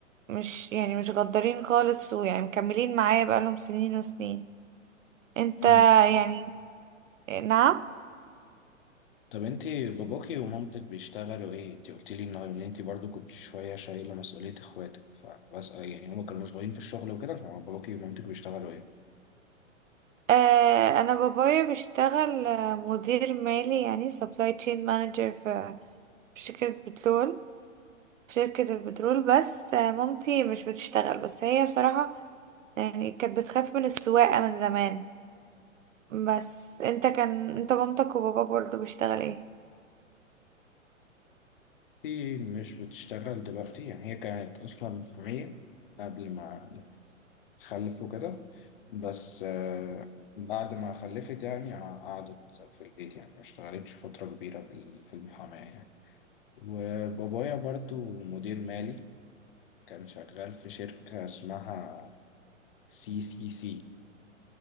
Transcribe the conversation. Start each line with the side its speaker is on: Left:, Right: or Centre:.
Right: مش يعني مش غدارين خالص ويعني مكملين معايا بقالهم سنين وسنين انت
Left: مم.
Right: يعني نعم
Left: طب انت باباكي ومامتك بيشتغلوا ايه انت قلتي لي ان هو- ان انت برضو كنت شوية شايلة مسؤولية اخواتك فبسأل يعني هما كانوا مشغولين في الشغل وكده فباباكي ومامتك بيشتغلوا ايه
Right: آه، انا بابايا بيشتغل آه، مدير مالي يعني سبلاي تشين مانجر في في شركة بترول في شركة البترول بس آه، مامتي مش بتشتغل بس هي بصراحة يعني كانت بتخاف من السواقة من زمان بس انت كان انت مامتك وباباك برضه بيشتغل ايه
Left: انت مش بتشتغل دلوقتي يعني هي كانت اصلا محامية قبل ما خلف وكده بس آه، بعد ما خلفت يعني ع- قعدت في البيت يعني ما اشتغلتش فترة كبيرة بال- في المحاماة يعني وبابايا برضو مدير مالي كان شغال في شركة اسمها سي سي سي